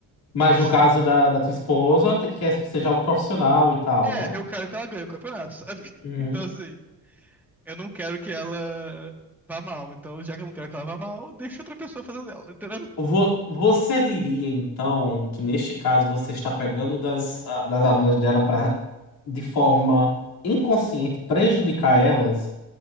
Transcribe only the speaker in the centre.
Então,
assim,
é,
eu quero que ela ganhe o campeonato, sabe? <laughs>
Então, assim, eu não quero que ela vá mal. Então, já que eu não quero que ela vá mal, deixa outra pessoa fazendo dela, entendeu?